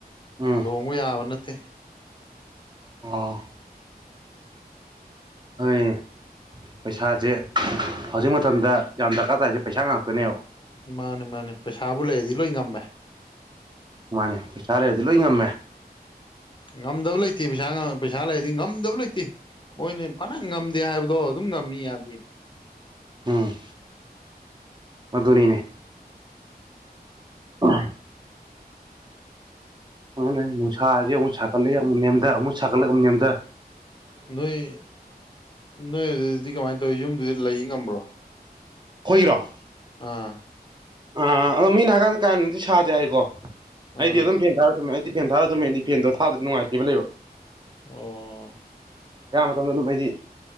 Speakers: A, on the right; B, on the left.
A: ꯎꯝ
B: ꯂꯨꯍꯣꯡꯕ ꯌꯥꯕ ꯅꯠꯇꯦ
A: ꯑꯥ ꯑꯗꯨ ꯄꯩꯁꯥꯁꯦ ꯍꯧꯖꯤꯛ ꯃꯇꯝꯗ ꯌꯥꯝ ꯗꯔꯀꯥꯔ ꯇꯥꯏꯁꯦ ꯄꯩꯁꯥ ꯉꯥꯛꯇꯅꯦꯕ
B: ꯃꯥꯅꯦ ꯃꯥꯅꯦ ꯄꯩꯁꯥꯕꯨ ꯂꯩꯔꯗꯤ ꯂꯣꯏ ꯉꯝꯃꯦ
A: ꯃꯥꯅꯦ ꯄꯩꯁꯥ ꯂꯩꯔꯗꯤ ꯂꯣꯏ ꯉꯝꯃꯦ
B: ꯉꯝꯗꯕ ꯂꯩꯇꯦ ꯄꯩꯁꯥ ꯄꯩꯁꯥ ꯂꯩꯔꯗꯤ ꯉꯝꯗꯕ ꯂꯩꯇꯦ ꯃꯣꯏꯅꯦ ꯐꯅ ꯉꯝꯗꯦ ꯍꯥꯏꯕꯗꯣ ꯑꯗꯨꯝ ꯉꯝꯃꯤ ꯌꯥꯗꯦ
A: ꯎꯝ ꯃꯗꯨꯅꯤꯅꯦ ꯑ <inaudible> ꯁꯣꯝꯗꯅ ꯅꯨꯡꯁꯥꯁꯤ ꯑꯃꯨꯛ ꯁꯥꯒꯠꯂꯛꯑꯦ ꯑꯃꯛ ꯅꯦꯝꯗ ꯑꯃꯨꯛ ꯁꯥꯒꯠꯂꯛꯦ ꯑꯃꯨ ꯅꯦꯝꯗ
B: ꯅꯣꯏ ꯅꯣꯏ ꯑꯗꯨꯗꯤ ꯀꯃꯥꯏꯅ ꯇꯧꯋꯤ ꯌꯨꯝꯗꯨꯗꯤ ꯂꯩ ꯉꯝꯕ꯭ꯔꯣ
A: ꯈꯣꯏꯒꯤꯔꯣ
B: ꯑꯥ
A: ꯑꯥ ꯑꯗꯣ ꯃꯤꯅ ꯍꯥꯏꯀꯥꯟꯗ ꯀꯥ ꯍꯦꯟꯅꯗꯤ ꯁꯥꯗꯦ ꯍꯥꯏꯀꯣ ꯑꯩꯗꯤ
B: ꯑꯥ
A: ꯑꯗꯨꯝ ꯐꯦꯟ ꯇꯥꯔ ꯇꯝꯃꯦ ꯑꯩꯗꯤ ꯐꯦꯟ ꯊꯥꯔ ꯑꯗꯨꯝ ꯇꯨꯝꯃꯦ ꯐꯦꯟꯗꯣ ꯊꯥꯗꯔꯗꯤ ꯅꯨꯡꯉꯥꯏꯇꯦꯕ ꯂꯩꯕ
B: ꯑꯣ
A: ꯑꯌꯥꯝꯕ ꯃꯇꯝꯗ ꯑꯗꯨꯝ ꯍꯥꯏꯗꯤ